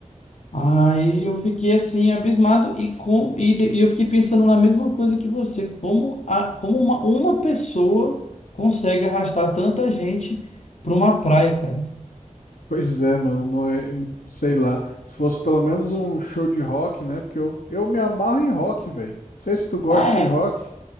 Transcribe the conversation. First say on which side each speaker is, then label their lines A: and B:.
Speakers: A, on the left (about 55°); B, on the left (about 85°).
A: Aí eu fiquei assim, abismado e, com, e, de- e eu fiquei pensando na mesma coisa que você, como, a, como uma, uma pessoa consegue arrastar tanta gente para uma praia, cara.
B: Pois é, mano, não é- sei lá. Se fosse pelo menos um show de rock, né? Porque eu, eu me amarro em rock, velho. Sei se tu gosta
A: É,
B: de rock.